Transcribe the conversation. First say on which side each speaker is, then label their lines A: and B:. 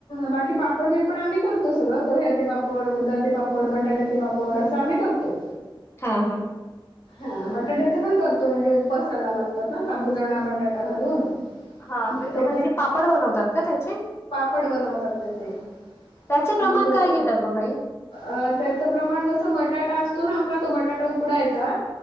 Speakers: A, on the left; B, on the left.
A: बाकी पापड बिपड आम्ही करतो, सगळं पोह्याचे पापड उडदाचे पापड बटाट्याचे पापड असं आम्ही करतो.
B: हा हा.
A: ह बटाट्याचे पण करतो म्हणजे, उपासाला लागतात ना शाबुदाणा बटाटा घालून.
B: हा
A: मग
B: म्हणजे
A: ते
B: पापड बनवतात का त्याचे
A: पड बनवतात त्याचे.
B: त्याचं प्रमाण
A: मग
B: काय घेतात ओ ताई?
A: अ त्याच प्रमाण कस बटाटा अस तो ना आपला तो बटाटा उकडायचा